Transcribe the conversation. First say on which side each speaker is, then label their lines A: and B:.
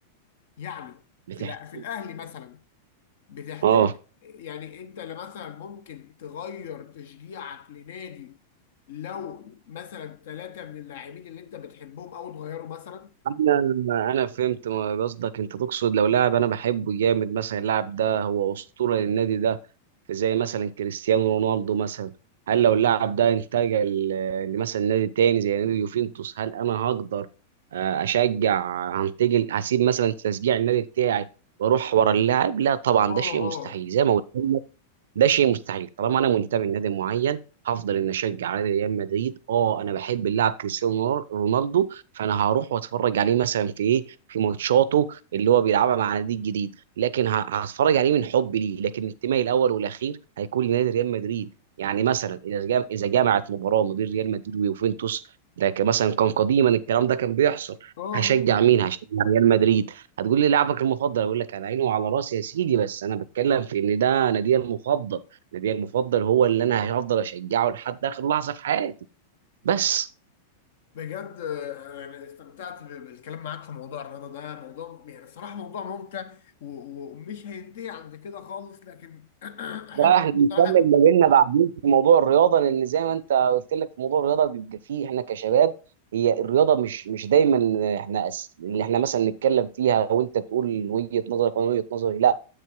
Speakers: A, on the left; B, on the right.
A: يعني
B: بتحكي
A: في الأ- في الاهلي مثلا بتحترم
B: اه
A: يعني انت لا مثلا ممكن تغير تشجيعك لنادي لو مثلا ثلاثه من اللاعبين اللي انت بتحبهم او تغيروا مثلا
B: انا انا فهمت ما قصدك انت تقصد لو لاعب انا بحبه جامد مثلا اللاعب ده هو اسطوره للنادي ده زي مثلا كريستيانو رونالدو مثلا هل لو اللاعب ده انتقل آه، لمثلا نادي تاني زي نادي يوفنتوس هل انا هقدر آه، اشجع هنتقل هسيب مثلا تشجيع النادي بتاعي واروح ورا اللاعب لا طبعا
A: اه
B: ده شيء مستحيل
A: اه
B: زي ما قلت ده شيء مستحيل طالما انا منتمي لنادي معين هفضل ان اشجع على ريال مدريد اه انا بحب اللاعب كريستيانو رونالدو فانا هروح واتفرج عليه مثلا في ايه في ماتشاته اللي هو بيلعبها مع نادي جديد لكن ه- هتفرج عليه من حب ليه لكن انتمائي الاول والاخير هيكون لنادي ريال مدريد يعني مثلا اذا جام- اذا جمعت مباراه ما بين ريال مدريد ويوفنتوس ده كان مثلا كان قديما الكلام ده كان بيحصل
A: اه
B: هشجع مين هشجع ريال مدريد هتقول لي لاعبك المفضل اقول لك على عيني وعلى راسي يا سيدي بس انا بتكلم في ان ده نادي المفضل نادي المفضل هو اللي انا هفضل اشجعه لحد اخر لحظه في حياتي بس
A: بجد آه، يعني استمتعت ب- بالكلام معاك في موضوع الرياضة ده موضوع يعني الصراحة موضوع ممتع و- ومش هينتهي عند كده خالص لكن <clears throat> أحب
B: بقى احنا بنكمل
A: بصراحة
B: ما بيننا بعدين في موضوع الرياضه لان زي ما انت قلت لك في موضوع الرياضه بيبقى فيه احنا كشباب هي الرياضه مش مش دايما احنا أس... اللي احنا مثلا نتكلم فيها وانت تقول وجهه نظرك وانا وجهه نظري لا